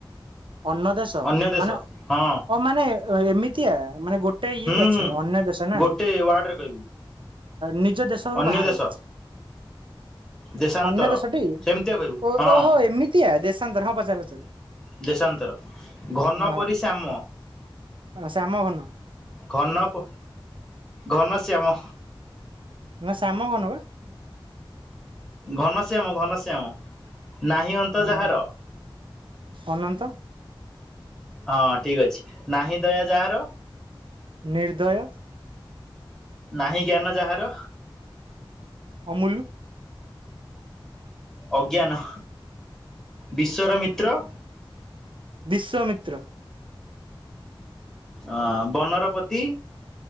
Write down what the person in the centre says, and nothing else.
ଅନ୍ୟ ଦେଶ
ହଁ
ହୁଁ
ହୁଁ
ଗୋଟେ ୱାର୍ଡରେ କହିବୁ
ଅନ୍ୟ
ଦେଶ ଦେଶାନ୍ତର
ସେମିତିଆ କହିବୁ
ହଁ
ଦେଶାନ୍ତର ଘନ
ପରି ଶ୍ୟାମ।
ଘନ ପ ଘନଶ୍ୟାମ।
ଘନଶ୍ୟାମ ଘନଶ୍ୟାମ। ନାହିଁ ଅନ୍ତ
ଯାହାର
ହଁ ଠିକ ଅଛି। ନାହିଁ ଦୟା ଯାହାର?
ନାହିଁ ଜ୍ଞାନ ଯାହାର?
ଅଜ୍ଞାନ। ବିଶ୍ଵର ମିତ୍ର?
ଅ ବନର ପତି?